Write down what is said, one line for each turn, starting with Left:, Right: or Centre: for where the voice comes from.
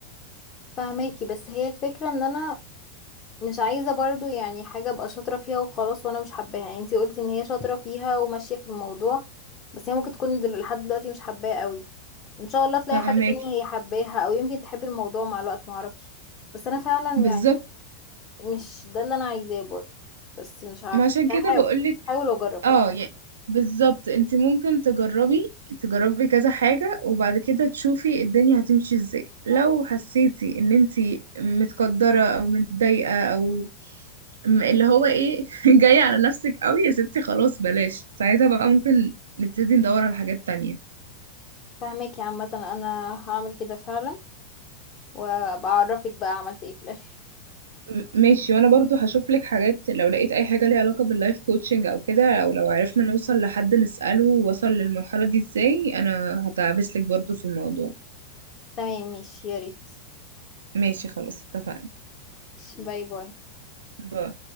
Left: فهماكي بس هي الفكرة ان انا مش عايزة برضو يعني حاجة ابقى شاطرة فيها وخلاص وانا مش حباها يعني انتي قلتي ان هي شاطرة فيها وماشية في الموضوع بس هي ممكن تكون دل- لحد دلوقتي مش حباها قوي ان شاء الله تلاقي
Right: فاهماكي
Left: حاجة تانية هي حباها او يمكن تحب الموضوع مع الوقت معرفش بس انا فعلا
Right: بالظبط
Left: يعني مش ده اللي انا عايزاه برضه بس مش عارفة
Right: ما عشان كده
Left: هحاول
Right: بقولك
Left: هحاول واجرب طبعا
Right: اه يعني بالظبط انت ممكن تجربي تجربي كذا حاجة وبعد كده تشوفي الدنيا هتمشي ازاي لو حسيتي ان انت متقدرة او متضايقة او م- اللي هو ايه <laughs> جاية على نفسك قوي يا ستي خلاص بلاش ساعتها بقى ممكن نبتدي ندور على حاجات تانية
Left: فهماكي عامة انا هعمل كده فعلا وابقى اعرفك بقى عملت ايه في الاخر
Right: م- ماشي وانا برضو هشوف لك حاجات لو لقيت اي حاجة ليها علاقة باللايف كوتشنج او كده او لو عرفنا نوصل لحد نسأله وصل للمرحلة دي ازاي انا هتعبس لك برضو في الموضوع
Left: تمام ماشي يا ريت
Right: ماشي خلاص اتفقنا
Left: باي باي
Right: ب...